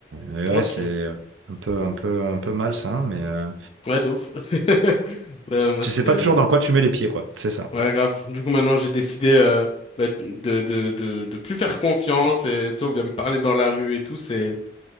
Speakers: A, on the right; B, on the left.
A: mais ouais
B: ok.
A: c'est un peu un peu un peu malsain mais euh,
B: Ouais, de ouf. <laughs> Ouais, moi,
A: tu
B: c'était.
A: sais pas
B: euh,
A: toujours dans quoi tu mets les pieds quoi c'est ça
B: Ouais, grave. Du coup, maintenant, j'ai décidé euh, bah, de, de, de, de plus faire confiance et tout, on vient me parler dans la rue et tout. C'est